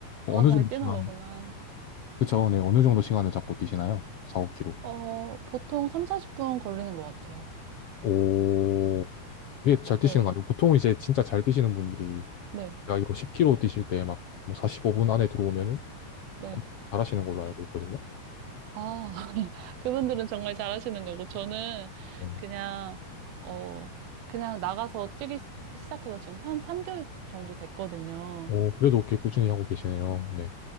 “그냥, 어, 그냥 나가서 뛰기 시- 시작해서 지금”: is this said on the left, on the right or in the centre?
Right